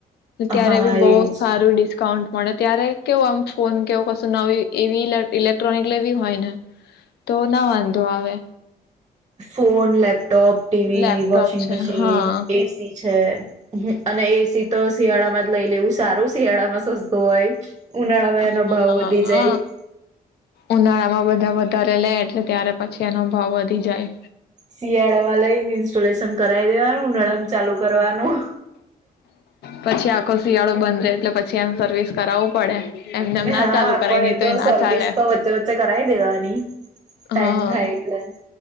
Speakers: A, on the left (about 90°); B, on the right (about 25°).
A: ત્યારે
B: હા
A: બી
B: એજ
A: બહ સારું ડિસ્કાઉન્ટ મળ ત્યારે કેવું આમ ફોન કેવું કશું નવી એવી ઇલેક્ટ્રોનિક લેવી હોય ને તો ના વાંધો આવે.
B: Phone laptop, TV,
A: laptop
B: washing
A: છે
B: મશીન,
A: હા
B: એ સી છે. હમ્મ અને એ સી તો શિયાળામાં લઈ લેવું સારું શિયાળામાં સસ્તો હોય. ઉનાળામાં
A: હઅ
B: એનો ભાવ વધી જાય
A: ઉનાળા માં બધા વધારે લે. એટલે ત્યારે પછી એનો ભાવ વધી જાય
B: શિયાળા વા ઈન્સ્ટોલેશન કરાવ દેવાનું ઉનાળા માં ચાલુ કરવાનું.
A: પછી આખ શિયાળો બંધ રહે એટલે પછી આ સર્વિસ કરાવવું પડે. એમને એમ
B: હા
A: ના ચાલુ
B: આપડ
A: કરાય નહી
B: એ તો
A: ના
B: સર્વિસ
A: ચાલે
B: તો વચ્ચે વચ્ચે કરાવ દેવાની, ટાઈમ
A: હા
B: થાય એટલે